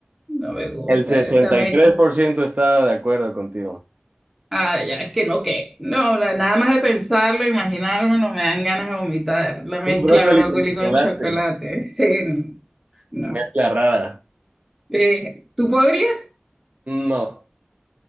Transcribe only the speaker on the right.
El sesenta
y tres por ciento está de acuerdo contigo.
Un brócoli
con chocolate.
Mezcla
rara.
No,